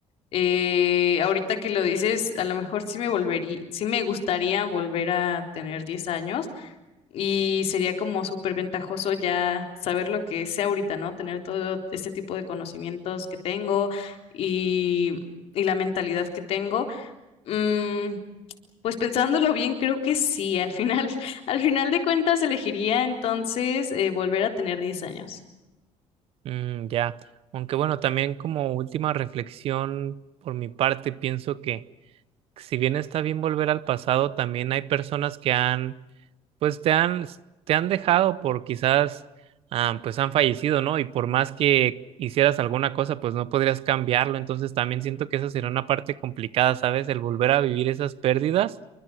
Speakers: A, on the left; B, on the right.
A: Eh, ahorita que lo dices, a lo mejor sí me volvería, sí me gustaría volver a tener 10 años y sería como súper ventajoso ya saber lo que sé ahorita, ¿no? Tener todo este tipo de conocimientos que tengo y y la mentalidad que tengo. Mm, pues pensándolo bien, creo que sí. Al final, <laughs> al final de cuentas, elegiría entonces eh, volver a tener 10 años.
B: Mm, ya. Aunque bueno, también como última reflexión por mi parte, pienso que si bien está bien volver al pasado, también hay personas que han pues te han, te han dejado por quizás, ah, pues han fallecido, ¿no? Y por más que hicieras alguna cosa, pues no podrías cambiarlo. Entonces también siento que esa sería una parte complicada, ¿sabes? El volver a vivir esas pérdidas.